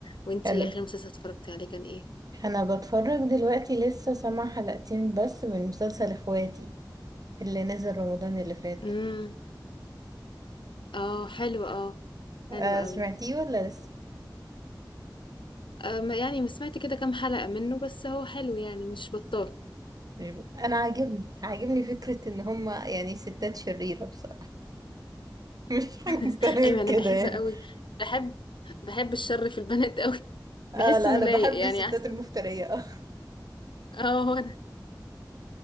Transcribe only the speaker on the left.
وانتي
اخر مسلسل اتفرجتي عليه كان ايه
امم اه حلو اه حلو
قوي
آه، ما- يعني ما سمعت كده كام حلقة منه بس هو حلو يعني مش بطال
<laughs> ايوه
انا بحب
قوي بحب بحب الشر في البنات قوي <laughs>
بحس
انه
لايق
يعني
احسن
اه هو ده